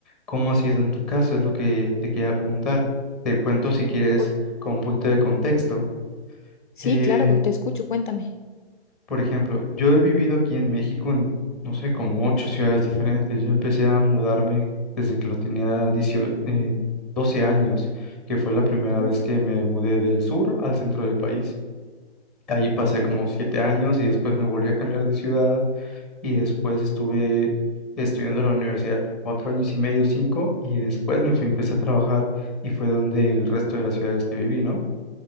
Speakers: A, in the centre; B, on the left.
A: cómo ha sido en tu caso, es lo que te quería preguntar. Te cuento si quieres
B: o-
A: con un poquito de contexto.
B: sí,
A: Eh,
B: claro, te escucho, cuéntame.
A: por ejemplo, yo he vivido aquí en México en, no sé, como ocho ciudades diferentes. Yo empecé a mudarme desde que lo tenía 18, eh, 12 años, que fue la primera
B: Uf,
A: vez que me mudé del sur al centro del país. De ahí pasé como siete años y después me volví a cambiar de ciudad y después estuve estudiando en la universidad cuatro años y medio, cinco, y después me fui, empecé a trabajar y fue donde el resto de las ciudades que viví, ¿no?